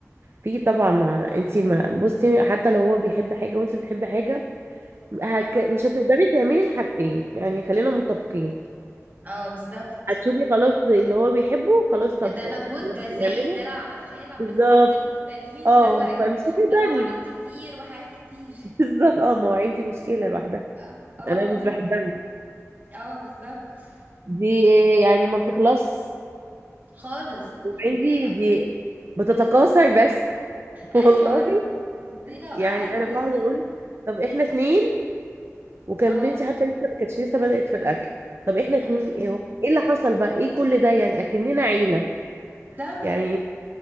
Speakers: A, on the right; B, on the right.
A: في طبعا ما انت ما بصي حتى لو هو بيحب حاجه وانت بتحبي حاجه هك...
B: اه
A: مش هتقدري تعملي الحاجتين يعني خلينا متفقين
B: اه بالظبط
A: هتشوفي خلاص اللي هو بيحبه خلاص طب
B: ده مجهود
A: خلاص
B: ده زايد
A: بنعمله
B: ده لو عم تخيل لو عملتي
A: بالظبط
B: حاجتين مختلفين
A: اه
B: لا هو ايه
A: فمش
B: ده
A: هتقدري
B: ده مواعين كتير وحاجات كتير
A: بالظبط اه ما هو عندي مشكلة لوحدها
B: اه اه
A: انا مش بحبها
B: اه بالظبط
A: دي يعني ما بتخلص
B: خالص
A: عندي
B: دي لو
A: دي بتتكاثر بس <laughs>
B: ايوه
A: والله
B: دي لو قعدت
A: يعني انا بقعد
B: فيه
A: اقول طب احنا اتنين وكان
B: اه
A: بنتي حتى لسه ما كانتش لسه بدأت في الاكل طب احنا
B: أمم.
A: اتنين ايه هو ايه اللي حصل بقى ايه كل ده يعني اكننا عيلة
B: ده
A: يعني